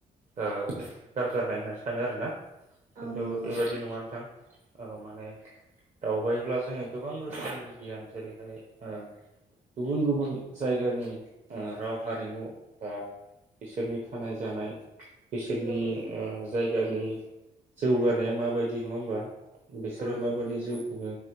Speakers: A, on the right; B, on the right.
A: गारगारनाय होननानै सानो आरो ना किन्थु
B: औ नंगौ
A: बेबायदि
B: नोंथां
A: नङा नोथां औ माने दावबायोब्ला जोङो गोबां रोखोमनि गियान जेरैहाय ओ गुबुन गुबुन जायगानि ओ राव हारिमु ओ बिसोरनि थानाय जानाय बिसोरनि
B: नंगौ नोंथां
A: ओ जायगानि जौगानाया माबायदि नङा होमबा बिसोरो
B: औ नंगौ
A: माबादि
B: नोंथां
A: जिउ खुङो